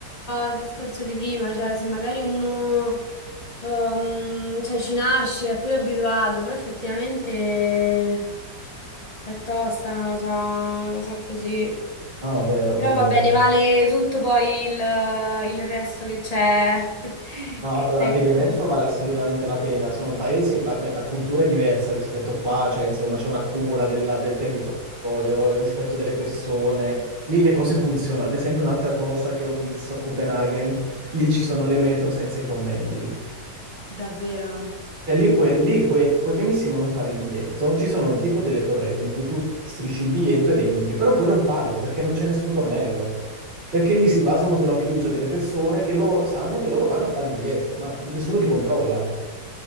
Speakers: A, on the left; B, on the right.
A: il discorso di prima, cioè se magari uno ehm, cioè, ci nasce, è pure abituato, però effettivamente È tosta una cosa, una cosa così.
B: No, vero,
A: Però
B: vero,
A: va bene,
B: vero.
A: vale tutto poi il, il resto che c'è <laughs>
B: No,
A: che
B: allora,
A: c'è intorno.
B: per il resto vale assolutamente la pena. Sono paesi, vabbè, la cultura è diversa rispetto a qua, cioè, insomma, c'è una cura della- del territorio, il rispetto delle persone. Lì le cose funzionano. Ad esempio, un'altra cosa che ho visto a Copenaghen, lì ci sono le metro senza i tornelli.
A: Davvero,
B: E lì, puoi, lì puoi- puoi benissimo non fare il biglietto. Ci sono tipo delle torrette in cui tu strisci il biglietto ed entri, però puoi non farlo perché non c'è nessun tornello. Perché lì si basano sulla fiducia delle persone che loro sanno che loro vanno a fare il biglietto, ma nessuno ti controlla.